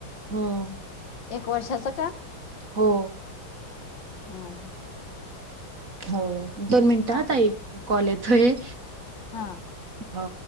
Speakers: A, on the right (about 45°); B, on the left (about 60°).
A: हम्म
B: एक वर्षाचं का
A: हो
B: हम् ह
A: हो दोन मिनिट
B: सांग
A: हा ताई कॉल येतोय
B: हा
A: हो